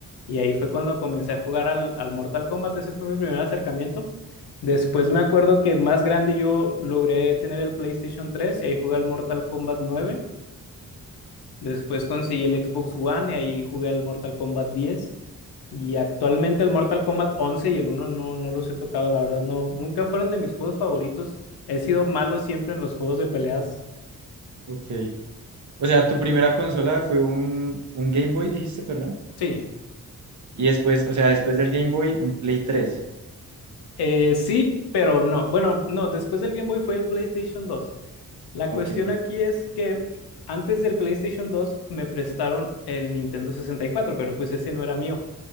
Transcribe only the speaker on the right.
Ok. O sea, tu primera consola fue un, un Game Boy, dijiste, perdón.
Y después, o sea, después del Game Boy, un Play tres.
Ok.